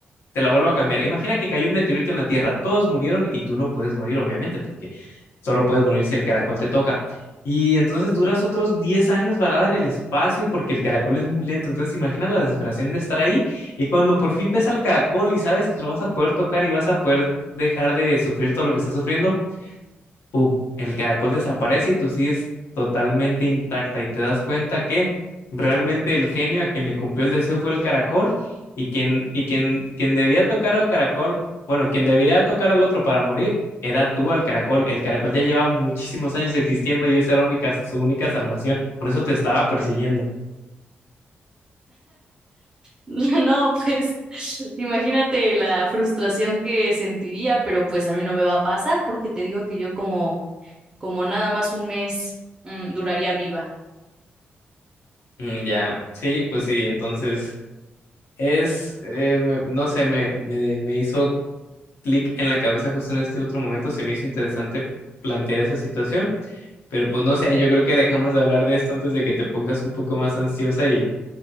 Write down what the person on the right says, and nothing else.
<laughs> No, pues <laughs> imagínate la frustración que sentiría, pero pues a mí no me va a pasar porque te digo que yo como como nada más un mes mm, duraría viva.